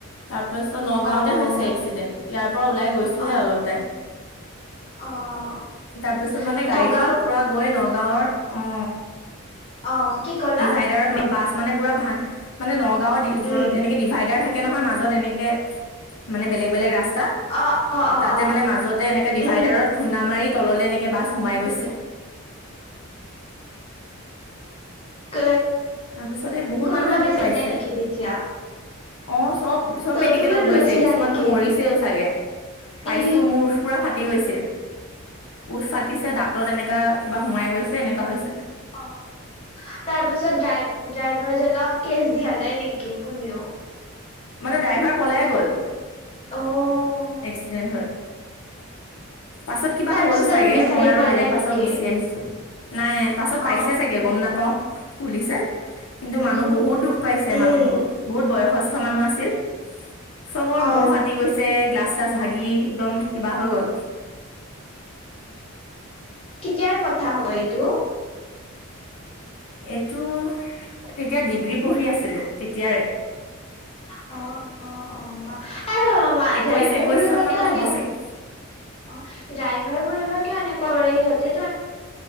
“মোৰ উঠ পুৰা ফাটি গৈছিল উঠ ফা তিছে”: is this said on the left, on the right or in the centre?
Left